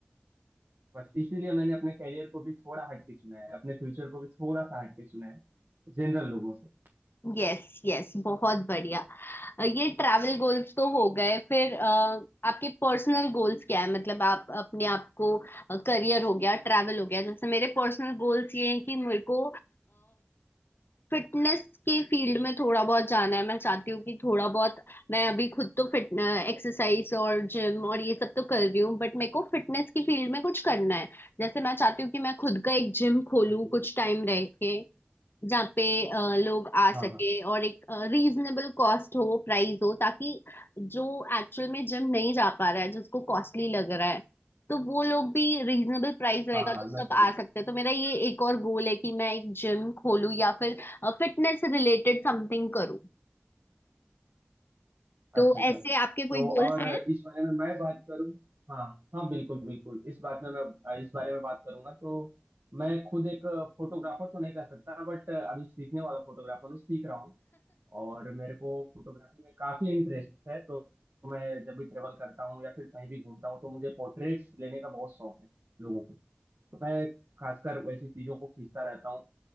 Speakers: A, on the right (about 70°); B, on the left (about 65°).
A: बस इसीलिए मैंने अपने करियर को भी थोड़ा हटके चुना है अपने फ्यूचर को भी थोड़ा सा हटके चुना है जनरल लोगों से
B: यस यस बहुत बढ़िया अ, ये ट्रैवल गोल्स तो हो गए फिर अ, आपके पर्सनल गोल्स क्या है मतलब आप अपने आप को करियर हो गया ट्रैवल हो गया जैसे मेरे पर्सनल गोल्स ये हैं कि मेरे को फिटनेस के फील्ड में थोड़ा बहुत जाना है मैं चाहती हूँ कि थोड़ा बहुत मैं अभी खुद तो फिट एक्सरसाइज और जिम और ये सब तो कर रही हूँ बट मेरे को फिटनेस की फील्ड में कुछ करना है जैसे मैं चाहती हूँ कि मैं खुद का एक जिम खोलूँ
A: बिल्कुल
B: कुछ टाइम रह के जहाँ पे अ, लोग आ सके
A: हाँ हाँ
B: और एक रीजनेबल कॉस्ट हो प्राइस हो ताकि जो एक्चुअल में जिम नहीं जा पा रहा है जिसको कॉस्टली लग रहा है तो वो लोग भी रीजनेबल प्राइस रहेगा
A: हाँ हाँ
B: तो
A: मैं
B: सब
A: समझ
B: आ
A: रहा
B: सकते
A: हूँ
B: हैं तो मेरा ये एक और गोल है कि मैं एक जिम खोलूँ या फिर फिटनेस रिलेटेड समथिंग करूँ तो
A: अच्छा अच्छा
B: ऐसे आपके कोई
A: तो
B: गोल्स
A: और
B: हैं
A: इस बारे में मैं बात करूं हाँ हाँ बिल्कुल बिल्कुल इस बात में मैं इस बारे में बात करूंगा तो मैं खुद एक फोटोग्राफर तो नहीं कर सकता बट अभी सीखने वाला फोटोग्राफर हूँ सीख रहा हूँ और मेरे को फोटोग्राफी में काफी इंटरेस्ट है तो मैं जब भी ट्रेवल करता हूँ या फिर कहीं भी घूमता हूँ तो मुझे पोर्ट्रेट्स लेने का बहुत शौक है लोगों को तो मैं खासकर वैसी चीजों को खींचता रहता हूँ